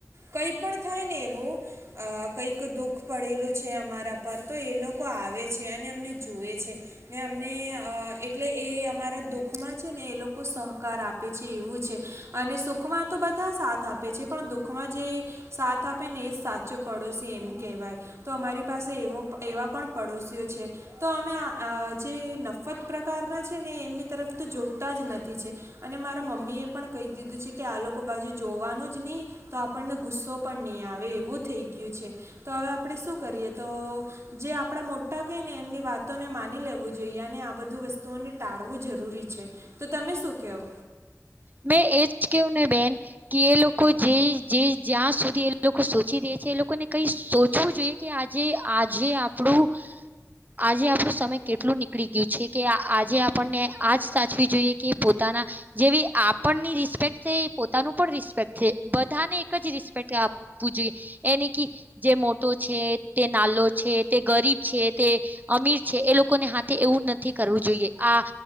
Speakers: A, on the right; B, on the right.
A: કઈ પણ થાય ને એવું અ કંઈક દુઃખ પડેલું છે અમારા પર તો એ લોકો આવે છે અને અમને જુએ છે ને અમને એટલે એ અમારા દુઃખમાં છે ને એ લોકો સહ કાર આપે છે એવું છે અને સુખમાં તો બધા સાથ આપે છે પણ દુખમાં જે સાથ આપે ને એ જ સાચો પડોશી એમ કહેવાય તો અમારી પાસે એવો એવા પણ પડોશીઓ તો અમે જે નફત પ્રકારના છે ને એમની તરફ તો જોડતા જ નથી છે અને મારા મમ્મી એ પણ કહી દીધું છે કે આ લોકો બાજુ જોવાનું જ નહી તો આપણને ગુસ્સો પણ નહીં આવે એવું થઈ ગયું છે તો હવે આપણે શું કરીએ તો જે આપણા મોટા કઈ એમની વાતોને માની લેવું જોઈએ અને આ બધું વસ્તુઓને ટાળવું જરૂરી છે તો તમે શું કહો
B: મે એજ કેને બેન કે એ લોકો જે જ્યાં સુધી એ લોકો સોચી રહ્યા છે એ લોકોને કઈ સોચવું જોઈએ કે આજે આજે આપણું આજે આપણું સમય કેટલું નીકળી ગયું છે કે આજે આપણને આજ સાચવી જોઈએ કે પોતાના જેવી આપણની રિસ્પેક્ટ છે પોતાનું પણ રિસ્ પેકટ બધાને એક જ રિસ્પેક્ટ આપવું જોઈએ એ ન જે મોટો છે તે નાલો છે તે ગરીબ છે તે અમીર છે એ લોકોને હાથે એવું નથી કરવું જોઈએ આ